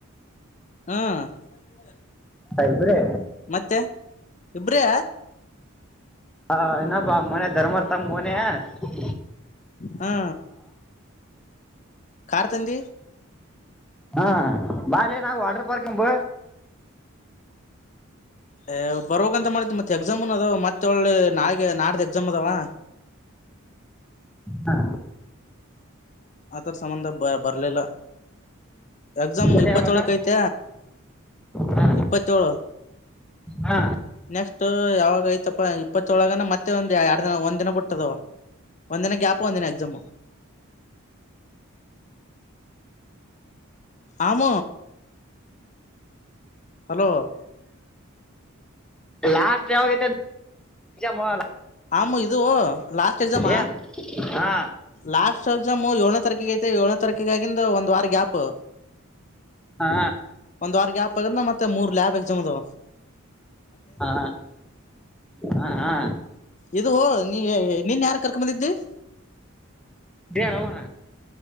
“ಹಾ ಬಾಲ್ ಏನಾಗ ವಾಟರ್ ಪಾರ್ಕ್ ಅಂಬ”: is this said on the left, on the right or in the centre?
Centre